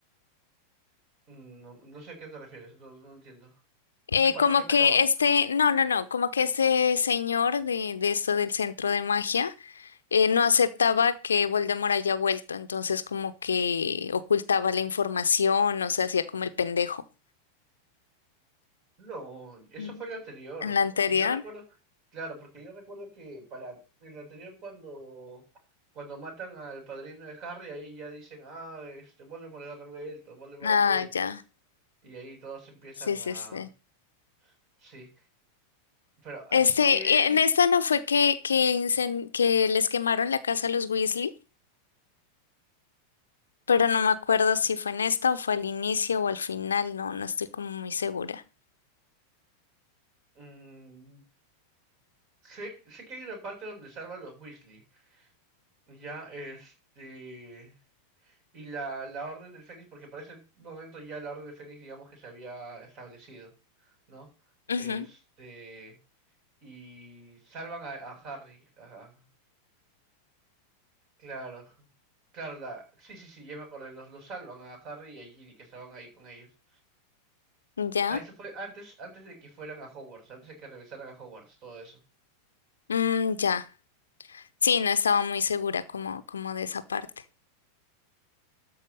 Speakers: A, on the right; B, on the left.
A: no, no sé a qué te refieres, no, no entiendo.
B: Eh,
A: ¿En qué parte?
B: como
A: ¿Qué atacaban?
B: que este, no, no, no, como que ese señor de, de esto del centro de magia eh, no aceptaba que Voldemort haya vuelto, entonces como que ocultaba la información, o sea, hacía como el pendejo.
A: No, eso
B: Mm.
A: fue lo anterior.
B: ¿En la anterior?
A: Yo recuerdo, claro, porque yo recuerdo que para el anterior cuando cuando matan al padrino de Harry, ahí ya dicen, ah, este Voldemort ha revuelto, Voldemort
B: Ah,
A: ha vuelto.
B: ya.
A: Y ahí todos empiezan
B: Sí,
A: a...
B: sí, sí.
A: Sí, pero aquí
B: Este,
A: es...
B: y en esta no fue que, que, incen- que les quemaron la casa a los Weasley, pero no me acuerdo si fue en esta o fue al inicio o al final, no, no estoy como muy segura.
A: mm, sé, sé que hay una parte donde salvan los Weasley. Ya, este... y la, la Orden del Fénix, porque por ese momento ya la Orden del Fénix, digamos que se había establecido, ¿no?
B: Ujú.
A: Este, y salvan a, a Harry, ajá, claro, claro, la, sí, sí, sí, ya me acordé, los, los salvan a Harry y a Ginny que estaban ahí con ellos.
B: ¿Ya?
A: Ah, eso fue antes, antes de que fueran a Hogwarts, antes de que regresaran a Hogwarts, todo eso.
B: Mm, ya. Sí, no estaba muy segura como, como de esa parte.